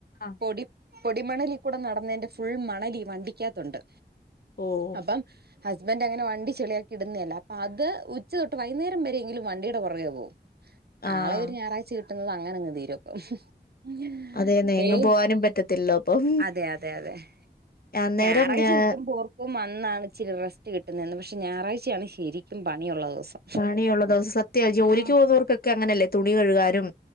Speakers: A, on the left; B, on the right.
A: ആഹ്
B: പൊടി പൊടിമണലിൽ കൂടെ നടന്നതിന്റെ ഫുൾ മണൽ ഈ വണ്ടിക്കാത്തുണ്ട്
A: ഓഹ്
B: അപ്പം ഹസ്ബൻഡ് അങ്ങനെ വണ്ടി ചെളിയാക്കി ഇടുന്നതല്ല അപ്പം അത് ഉച്ച തൊട്ട് വൈകുന്നേരം വരെ എങ്കിലും വണ്ടിയുടെ പുറകേ പോവും
A: ആഹ്
B: ആളെ ഒരു ഞായറാഴ്ച കിട്ടുന്നത് അങ്ങനങ് തീരും ഹും
A: അതേന്നെ എങ്ങും
B: ഏയ്
A: പോവാനും പറ്റത്തില്ലല്ലോ അപ്പം
B: അതെ അതെ അതെ
A: അന്നേരം
B: ഞായറാഴ്ച
A: ഏഹ്
B: കിട്ടുമ്പോ ക്കും അന്നാണ് ഇച്ചിരി റെസ്റ്റ് കിട്ടുന്നതെന്ന് പക്ഷെ ഞായറാഴ്ചയാണ് ശരിക്കും പണിയുള്ള ദിവസം
A: പണിയുള്ള ദിവസം സത്യവാ ജോലിക്ക്
B: ആഹ്
A: പോകുന്നവർക്കൊക്കെ അങ്ങനെയല്ലേ തുണി കഴുകാനും